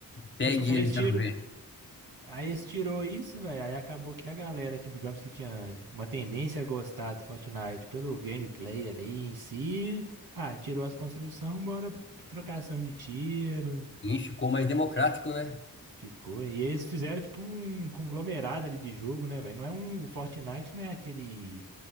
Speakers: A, on the left (about 30°); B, on the right (about 80°).
A: Pegue
B: Depois, aí
A: ele,
B: eles
A: quero
B: tiram.
A: ver.
B: Aí eles tirou isso, velho. Aí acabou que a galera, tipo, digamos que tinha uma tendência a gostar do Fortnite pelo gameplay ali em si. Ah, tirou as construções, bora pra trocação de tiro.
A: Ih, ficou mais democrático, né?
B: Ficou. E eles fizeram, tipo, um conglomerado ali de jogo, né, velho? Não é um. O Fortnite não é aquele